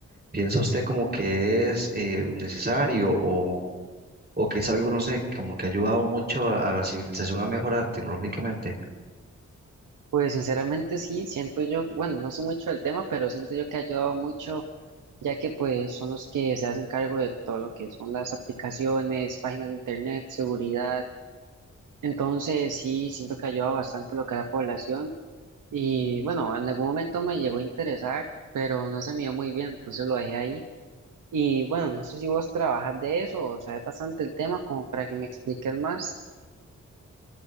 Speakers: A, on the right; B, on the right.
A: ¿Piensa usted como que es eh, necesario o, o que es algo, no sé, como que ha ayudado mucho a, a la civilización a mejorar tecnológicamente?
B: Pues sinceramente sí, siento yo, bueno, no sé mucho del tema, pero siento yo que ha ayudado mucho, ya que pues son los que se hacen cargo de todo lo que son las aplicaciones, páginas de internet, seguridad, entonces sí, siento que ha ayudado bastante a lo que es la población. Y bueno, en algún momento me llegó a interesar, pero no se me dio muy bien, entonces lo dejé ahí. Y bueno, no sé si vos trabajas de eso o sabes bastante el tema como para que me expliques más.